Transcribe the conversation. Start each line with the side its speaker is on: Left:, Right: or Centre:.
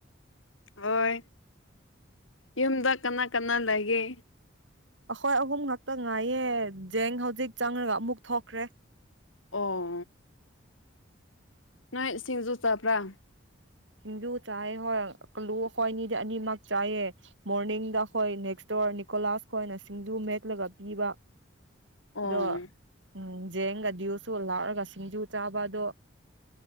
Left: ꯍꯣꯏ ꯌꯨꯝꯗ ꯀꯅꯥ-ꯀꯅꯥ ꯂꯩꯒꯦ꯫
Right: ꯑꯈꫭꯏ ꯑꯍꯨꯝ ꯉꯛꯇ ꯉꯥꯏꯌꯦ ꯖꯦꯡ ꯍꯧꯖꯤꯛ ꯆꯪꯔꯒ ꯑꯃꯨꯛ ꯊꯣꯛꯈ꯭ꯔꯦ꯫
Left: ꯑꯣ ꯅꯣꯏ ꯁꯤꯡꯖꯨ ꯆꯥꯄ꯭ꯔꯥ꯫
Right: ꯁꯤꯡꯖꯨ ꯆꯥꯏ ꯍꯣꯏ ꯀꯂꯨ ꯑꯈꯣꯏ ꯑꯅꯤꯗꯤ ꯑꯅꯤꯃꯛ ꯆꯥꯏꯑꯦ ꯃꯣꯔꯅꯤꯡꯗ ꯑꯈꯣꯏ ꯅꯦꯛꯁ ꯗꯣꯔ ꯅꯤꯀꯣꯂꯥꯁ ꯈꯣꯏꯅ ꯁꯤꯡꯖꯨ ꯃꯦꯠꯂꯒ ꯄꯤꯕ꯫
Left: ꯑꯣ
Right: ꯑꯗꯣ ꯎꯝ ꯖꯦꯡꯒ ꯗꯤꯜꯁꯨ ꯂꯥꯛꯔꯒ ꯁꯤꯡꯖꯨ ꯆꯥꯕ ꯑꯗꯣ